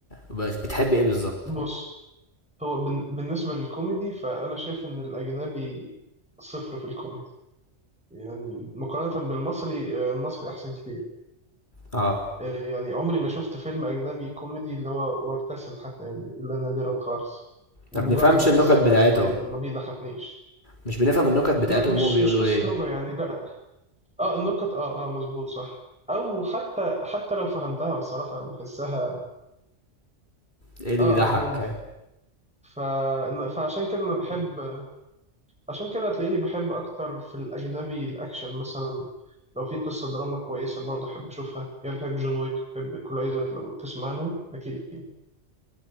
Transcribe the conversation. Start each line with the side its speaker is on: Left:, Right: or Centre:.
Left: بس بتحب ايه بالظبط
Centre: بص هو بن... بالنسبة للكوميدي فأنا شايف إن الأجنبي صفر في الكوميدي يعني مقارنة بالمصري آه، المصري أحسن كتير
Left: اه
Centre: يعني عمري ما شفت فيلم أجنبي كوميدي اللي هو وابتسم حتى يعني إلا نادرا خالص ومجرد
Left: ما بنفهمش
Centre: ابتسامة
Left: النكت بتاعتهم
Centre: يعني ما ي- ما بيضحكنيش
Left: مش بنفهم النكت بتاعتهم
Centre: لا مش
Left: هم بيقولوا
Centre: مش قصة
Left: ايه
Centre: لغة يعني لا اه النكت اه اه مظبوط صح أو حتى حتى لو فهمتها بصراحة بحسها
Left: ايه اللي
Centre: اه
Left: بيضحك
Centre: اه ممكن ف... فعشان كده أنا بحب عشان كده هتلاقيني بحب أكتر في الأجنبي الأكشن مثلا لو في قصة دراما كويسة برضه أحب أشوفها يعني بحب جون ويك بحب إيكولايزر لو تسمع عنهم أكيد